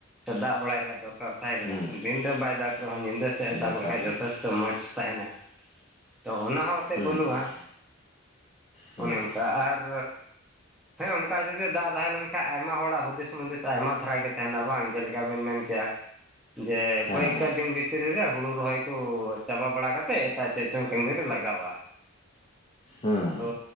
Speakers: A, in the centre; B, on the left.
A: ᱫᱟᱜ ᱵᱟᱲᱟᱭ ᱨᱮᱭᱟᱜ ᱫᱚᱨᱠᱟᱨ ᱛᱟᱦᱮᱸ ᱠᱟᱱᱟ
B: ᱦᱩᱸ
A: ᱫᱤᱱᱨᱮ ᱵᱟᱭ ᱫᱟᱜᱽ ᱨᱮᱦᱚᱸ ᱧᱤᱫᱟᱹ <inaudible>
B: ᱫᱚᱨᱠᱟᱨ
A: ᱫᱟᱜᱽ ᱞᱮᱠᱷᱟᱡ
B: ᱛᱟᱦᱮᱸ
A: ᱡᱚᱛᱷᱮᱥᱛᱚ ᱢᱚᱡᱽ ᱛᱟᱦᱮᱱᱟ ᱛᱚ ᱚᱱᱟ ᱦᱚᱸ ᱮᱱᱛᱮᱫ
B: ᱦᱩᱸ
A: ᱵᱟᱹᱱᱩᱜᱼᱟ
B: ᱦᱩᱸ ᱦᱩᱸ
A: ᱚᱱᱮ ᱚᱱᱠᱟ ᱟᱨ ᱦᱮᱸ ᱚᱱᱠᱟ ᱡᱩᱫᱤ ᱫᱟᱜ ᱛᱟᱦᱮ ᱞᱮᱱᱠᱷᱟᱱ ᱟᱭᱢᱟ ᱦᱚᱲᱟᱜ ᱦᱩᱫᱤᱥ ᱢᱩᱫᱤᱥ ᱟᱭᱢᱟ ᱫᱷᱟᱨᱟ ᱜᱮ ᱛᱟᱦᱮᱱᱟ ᱵᱟᱝ ᱡᱮᱞᱮᱠᱟ ᱵᱤᱱ ᱢᱮᱱ ᱡᱮ
B: ᱦᱮᱸ
A: ᱠᱚᱭᱮᱠᱟ
B: ᱦᱮᱸ
A: ᱫᱤᱱ ᱵᱷᱤᱛᱨᱤ ᱨᱮ ᱦᱩᱲᱩ ᱨᱚᱦᱚᱭ ᱠᱚ ᱪᱟᱵᱟ ᱵᱟᱲᱟ ᱠᱟᱛᱮᱫ <inaudible> ᱪᱚᱝ ᱠᱟᱹᱢᱤ ᱨᱮ ᱞᱟᱜᱟᱣᱟ
B: ᱦᱩᱸ
A: ᱛᱚ